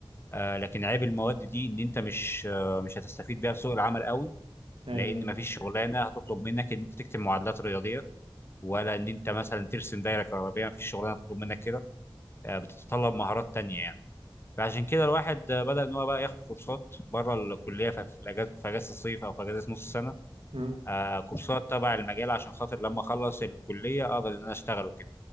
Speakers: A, on the left (about 25°); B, on the right (about 90°).
A: آه لكن عيب المواد دي ان انت مش آه مش هتستفيد بيها في سوق العمل قوي
B: ايوه
A: لان
B: ايوه
A: مفيش شغلانه هتطلب منك ان انت تكتب معادلات رياضيه ولا ان انت مثلا ترسم دايره كهربائيه ما فيش شغلانه تطلب منك كده آه، بتتطلب مهارات تانية يعني فعشان كده الواحد آه، بدأ ان هو بقى ياخد كورسات بره الكليه في في الاجازه في اجازه الصيف او في اجازه نص السنه
B: امم
A: آه، كورسات تبع المجال عشان خاطر لما اخلص الكليه اقدر ان انا اشتغل وكده